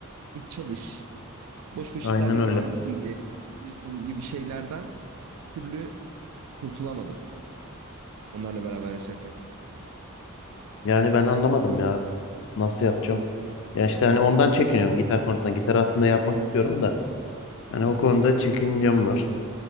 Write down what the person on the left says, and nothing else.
Aynen
öyle.
Yani ben anlamadım ya nasıl yapacağım. Ya işte hani ondan çekiniyorum
gitar konusunda. Gitar aslında yapmak istiyorum da. Hani o konuda çekincem var.